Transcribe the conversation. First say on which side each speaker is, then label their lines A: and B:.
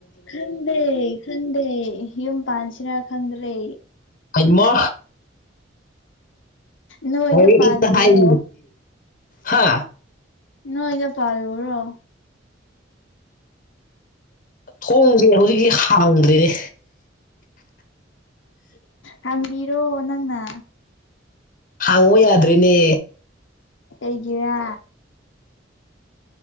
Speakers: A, on the left; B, on the left.
A: ꯈꯪꯗꯦ ꯈꯪꯗꯦ ꯌꯨꯝ ꯄꯥꯟꯁꯤꯔꯥ ꯈꯪꯗ꯭ꯔꯦ
B: ꯑꯃ
A: ꯅꯣꯏꯗ
B: ꯦ
A: ꯄꯥꯜꯂꯨꯔꯣ
B: ꯏ ꯇ ꯍꯥꯏ ꯍꯥ
A: ꯅꯣꯏꯗ ꯄꯣꯔꯣ
B: ꯊꯣꯡꯁꯦ ꯍꯧꯖꯤꯛꯇꯤ ꯍꯥꯡꯗ꯭ꯔꯦꯅꯦ
A: ꯍꯪꯕꯤꯔꯣ ꯅꯪꯅ
B: ꯍꯥꯡꯉ ꯌꯥꯗ꯭ꯔꯔꯤꯅꯦ
A: ꯑꯩꯒꯤꯔ